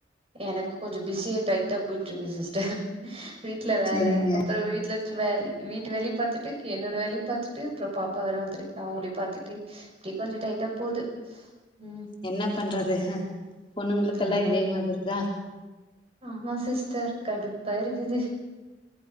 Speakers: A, on the right (about 35°); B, on the left (about 30°).
A: எனக்கு கொஞ்ச பிஸியா டைட்டா போயிட்ருக்கு சிஸ்டர் வீட்ல வேல
B: செரிங்க
A: அப்றோ வீட்ல ச்சு வேறி வீட்டு வேலையு பாத்துட்டு என்னோட வேலையு பாத்துட்டு அப்றோ பாப்பா வேற வந்துருக்கா அவுங்ளையு பாத்துட்டு இப்டி கொஞ்ச டைட்டா போது ம்
B: என்ன பண்றது பொண்ணுங்களுக்கெல்லா
A: ஆமா
B: இதே மாதிரி தா
A: ஆமா சிஸ்டர் கடுப்பா இருக்குது